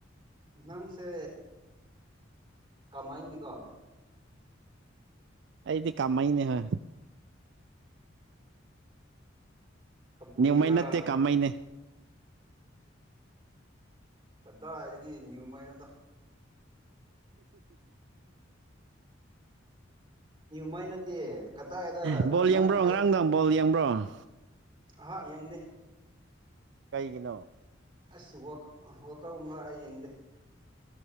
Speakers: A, on the right; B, on the right.
A: ꯅꯪꯁꯦ ꯀꯃꯥꯏꯅꯤꯀꯣ
B: ꯑꯩꯗꯤ ꯀꯥꯃꯩꯅꯦ ꯍꯣꯏ
A: ꯀꯕꯨꯏꯔꯥꯔꯣ
B: ꯅꯤꯌꯃꯩ ꯅꯠꯇꯦ ꯀꯥꯃꯩꯅꯦ
A: ꯀꯗꯥꯏꯗꯒꯤ ꯅ꯭ꯌꯨꯃꯩꯅꯣꯗ ꯃꯥꯏ ꯅꯠꯇꯦ ꯀꯗꯥꯏꯗ
B: ꯕꯣꯜ ꯌꯦꯡꯕ꯭ꯔꯣ
A: ꯅꯪ
B: ꯉꯔꯥꯡ
A: ꯑꯩ
B: ꯅꯨꯡꯗꯥꯡ ꯕꯣꯜ ꯌꯦꯡꯕ꯭ꯔꯣ
A: ꯑꯍꯥ ꯌꯦꯡꯗꯦ
B: ꯀꯩꯒꯤꯅꯣ
A: ꯑꯁ ꯋꯥꯛ ꯋꯥꯛ ꯑꯥꯎ ꯑꯃ ꯌꯦꯡꯗꯦ